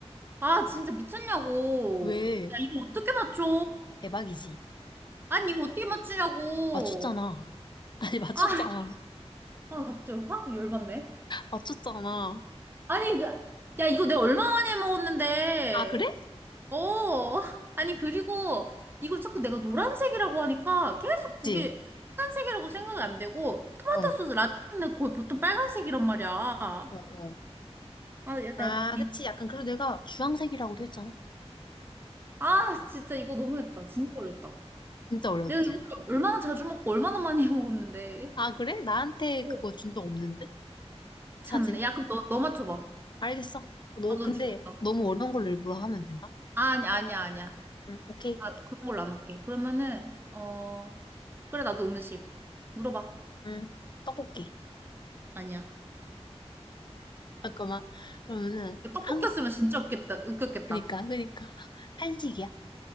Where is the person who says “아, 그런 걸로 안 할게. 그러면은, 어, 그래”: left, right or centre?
Right